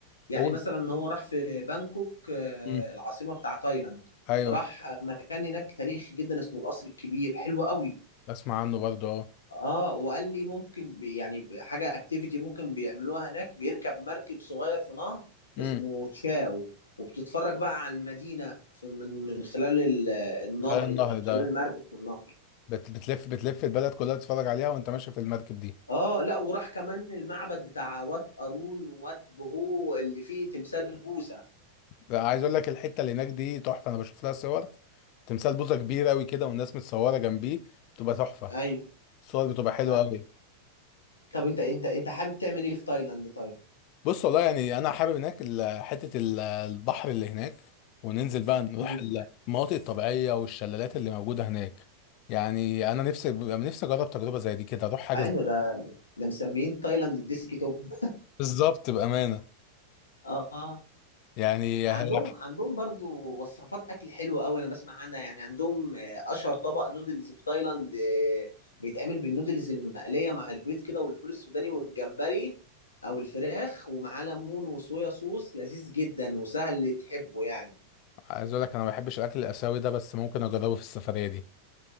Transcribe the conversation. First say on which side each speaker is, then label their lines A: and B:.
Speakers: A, on the left; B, on the left.
A: يعني
B: قول
A: مثلا هو راح في بانكوك آه،
B: مم.
A: العاصمة بتاع تايلاند
B: ايوه
A: راح مكان هناك تاريخي جدا اسمه القصر الكبير حلو قوي
B: بسمع عنه برضه اه
A: اه وقال لي ممكن بي- يعني ب- حاجه اكتيفيتي ممكن بيعملوها هناك بيركب مركب صغير في نهر
B: امم
A: اسمه تشاو وبتتفرج بقى على المدينه في من من خلال ال- النهر
B: خلال النهر
A: ده من
B: ده
A: خلال المركب في النهر
B: بت- بتلف بتلف البلد كلها تتفرج عليها وانت ماشي في المركب دي
A: اه لا وراح كمان المعبد بتاع وات قارون ووات بهو اللي فيه تمثال بوذا
B: لا، عايز اقول لك الحته اللي هناك دي تحفه انا بشوف لها صور تمثال بوزه كبير قوي كده والناس متصوره جنبيه بتبقى تحفه
A: ايوه
B: الصور بتبقى حلوه
A: ايوه
B: قوي
A: طب انت انت انت حابب تعمل ايه في تايلاند طيب
B: بص والله يعني انا حابب هناك ال- حته ال- البحر اللي هناك وننزل بقى نروح
A: مم.
B: المناطق الطبيعيه والشلالات اللي موجوده هناك يعني انا نفسي نفسي اجرب تجربه زي دي كده اروح حاجه
A: ايوه
B: زي-
A: ده ده مسميين تايلاند الديسك توب
B: بالظبط بامانه
A: اه
B: يعني
A: عندهم
B: هي-
A: عندهم برضو وصفات اكل حلوه قوي انا بسمع عنها يعني عندهم آه، اشهر طبق نودلز في تايلاند آه، بيتعمل بالنودلز المقليه مع البيض كده والفول السوداني والجمبري او الفراخ ومعاه ليمون وصويا صوص لذيذ جدا وسهل تحبه يعني
B: عايز اقول لك انا ما بحبش الاكل الاسيوي ده بس ممكن اجربه في السفريه دي